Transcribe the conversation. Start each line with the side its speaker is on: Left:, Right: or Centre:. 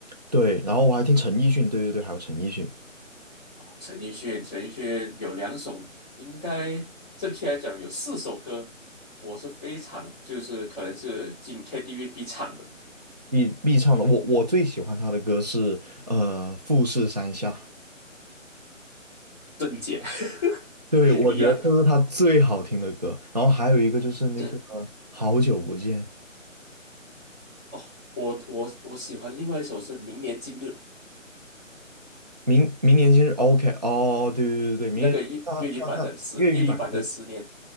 Right: 对，然后我还听陈奕迅，对对对，还有陈奕迅
Centre: 陈奕迅，陈奕迅有两首，应该正确来讲有四首歌，我是非常就是可能是进 KTV 必唱的，
Right: 必必唱的，我我最喜欢他的歌是呃《富士山下》，
Centre: 正解
Right: 对，
Centre: <laughs>
Right: 我觉得这是他最好听的歌，
Centre: 一样。
Right: 然后还有一个就是那个
Centre: 对
Right: 好久不见，
Centre: 哦，我我我喜欢另外一首是《明年今日》
Right: 明明年今日 OK，哦，对对对对，明年他他他粤语版，
Centre: 那个粤粤语版的十粤语版的《十年》，
Right: 对